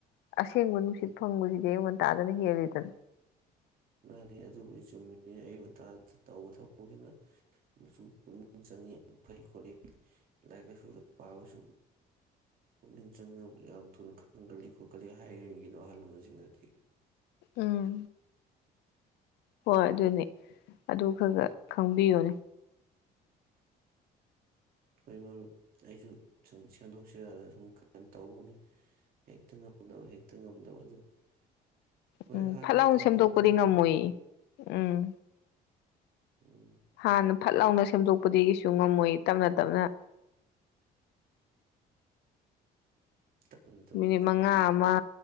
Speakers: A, on the left; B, on the right.
A: ꯑꯁꯦꯡꯕ ꯅꯨꯡꯁꯤꯠ ꯐꯪꯕꯁꯤꯗꯤ ꯑꯩꯉꯟꯇꯥꯗꯅ ꯍꯦꯜꯂꯤꯗꯅ
B: ꯃꯥꯅꯤ ꯑꯗꯨꯕꯨꯗꯤ ꯆꯨꯝꯃꯤꯅꯤꯅ ꯑꯌꯨꯛ ꯉꯟꯇꯥ ꯇꯧꯕ ꯊꯕꯛꯁꯤꯅ ꯄꯨꯛꯅꯤꯡ ꯆꯪꯏꯤ ꯌꯥꯝ ꯐꯩ ꯈꯣꯠꯂꯤ ꯂꯥꯏꯔꯤꯛ ꯂꯥꯏꯁꯨꯗ ꯄꯥꯕꯁꯨ ꯄꯨꯛꯅꯤꯡ ꯆꯪꯅꯕ ꯌꯥꯝ ꯊꯨꯅ ꯈꯪꯒꯜꯂꯤ ꯈꯣꯠꯀꯜꯂꯤ ꯍꯥꯏꯔꯤꯕꯒꯤꯅꯣ ꯑꯍꯜ ꯂꯃꯟꯁꯤꯡꯅꯗꯤ
A: ꯎꯝ ꯍꯣꯏ ꯑꯗꯨꯅꯤ ꯑꯗꯨ ꯈ ꯈ ꯈꯪꯕꯤꯌꯨꯅꯦ
B: ꯍꯣꯏ ꯃꯔꯨꯞ ꯑꯩꯁꯨ ꯁꯨꯝ ꯁꯦꯝꯗꯣꯛ ꯁꯤꯔꯅ ꯁꯨꯝ ꯀ ꯇꯧꯕꯅꯤ ꯍꯦꯛꯇ ꯉꯝꯗꯕ ꯍꯦꯛꯇ ꯉꯝꯗꯕ ꯑꯗꯨ ꯍꯣꯏ
A: ꯎꯝ
B: ꯍꯥꯟꯅꯒꯤ
A: ꯐꯠꯂꯥꯎ
B: ꯇꯥꯏꯞꯇꯗꯤ
A: ꯁꯦꯝꯗꯣꯛꯄꯗꯤ
B: ꯇꯧꯗ꯭ꯔꯦ
A: ꯉꯝꯃꯣꯏ ꯎꯝ
B: ꯎꯝ
A: ꯍꯥꯟꯅ ꯐꯠ ꯂꯥꯎꯅ ꯁꯦꯝꯗꯣꯛꯄꯗꯒꯤꯁꯨ ꯉꯝꯃꯣꯏ ꯇꯞꯅ ꯇꯞꯅ
B: ꯇꯞꯅ ꯇꯞꯅ
A: ꯃꯤꯅꯤꯠ
B: ꯅꯣꯡꯃꯒꯤ
A: ꯃꯉꯥ ꯑꯃ